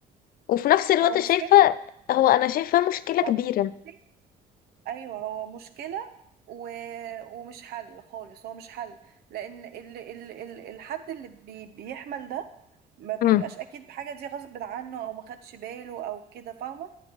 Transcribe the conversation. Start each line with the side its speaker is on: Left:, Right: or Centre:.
Left: وفي نفس الوقت
Right: هو مشكله
Left: شايفة هو أنا شايفاه مشكلة
Right: لا
Left: كبيرة
Right: بصي ايوه هو مشكله و... ومش حل خالص هو مش حل لان ال... ال... ال... الحد اللي بي... بيحمل ده ما بيبقاش
Left: امم
Right: اكيد بحاجه دي غصب عنه او ما خدش باله او كده فاهمه